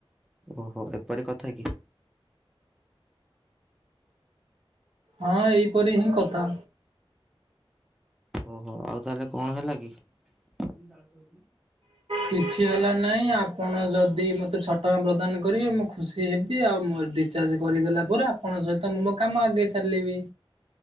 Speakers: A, in the centre; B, on the right.
A: ଓହୋ ଏପରି କଥା କି?
B: ହଁ ଏଇପରି ହିଁ କଥା।
A: ଓହୋ ଆଉ ତାହେଲେ କଣ ହେଲା କି? ା କରଥିଲ
B: କିଛି ହେଲା ନାହିଁ ଆପଣ ଯଦି ମୋତେ ଛଅ ଟଙ୍କା ପ୍ରଦାନ କରିବେ ମୁଁ ଖୁସି ହେବି ଆଉ ମୁଁ ରିଚାର୍ଜ କରିଦେଲା ପରେ ଆପଣଙ୍କ ସହିତ ମୁଁ ମୋ କାମ ଆଗେ ଚାଲିବି